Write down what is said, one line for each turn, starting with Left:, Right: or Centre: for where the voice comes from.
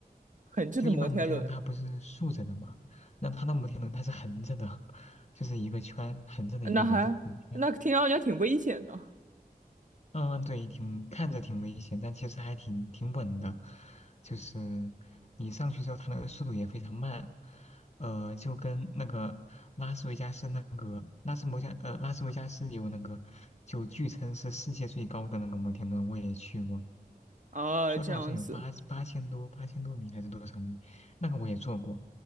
Right: 很近的摩天轮，
Left: 就一般摩天轮它不是竖着的嘛，那它的摩天轮它是横着的，<laughs> 就是一个圈横着的一个圆着圆圈。
Right: 那还那听上去还挺危险的。
Left: 嗯，对，挺看着挺危险，但其实还挺挺稳的。就是你上去之后，它那个速度也非常慢，呃，就跟那个拉斯维加斯那个拉斯摩加呃拉斯维加斯有那个，就据称是世界最高的那个摩天轮，我也去过，
Right: 啊，
Left: 说是好像有八八千多八千多米还是多少米，
Right: 这样子。
Left: 那个我也坐过，